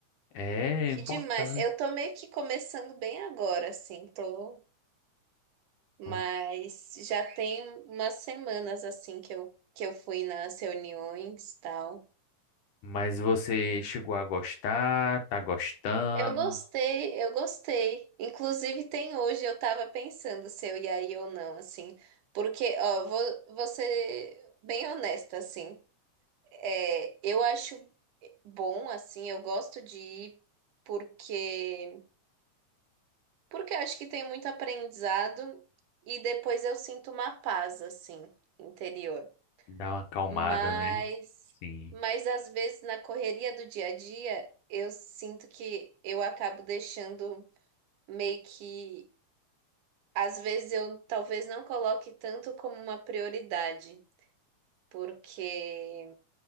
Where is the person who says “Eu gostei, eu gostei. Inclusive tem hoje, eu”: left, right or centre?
Right